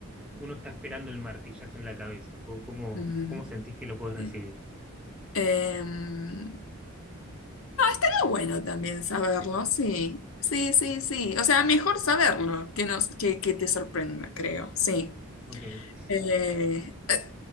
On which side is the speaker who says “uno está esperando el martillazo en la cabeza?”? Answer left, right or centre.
Centre